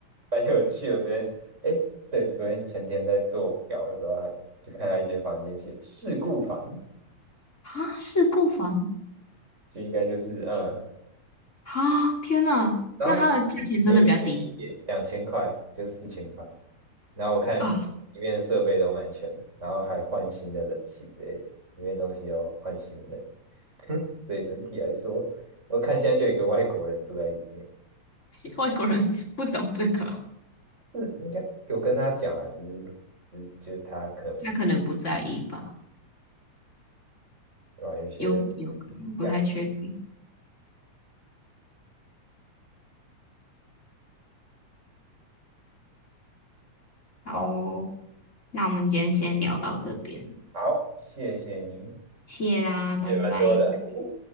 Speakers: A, on the right; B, on the left.
A: 蛮有趣的。我昨天哎，对，昨天前天在做表的时候，他就看到一间房间写事故房，
B: 啊，是购房
A: 就应该就是嗯，
B: 啊，天呐，
A: 然后
B: 那他的价钱真的比较低
A: 便便宜一点，两千块就四千块。然后我看里面的设备都蛮全的，
B: 啊，
A: 然后还换新的冷气之类的，里面东西都换新的，<laughs> 所以整体来说，我看现在就有一个外国人住在里面，
B: <laughs> 外国人不懂这个
A: 是应该有跟他讲啊，只是只是就是他可能不
B: <laughs>，他可能不在意吧，
A: 对吧、有些
B: 有有可能不太确定。
A: 样
B: 好哦，
A: 好
B: 那我们今天先聊到这边。
A: 好，谢谢您，
B: 谢啦，拜拜。
A: 借蛮多的。<laughs>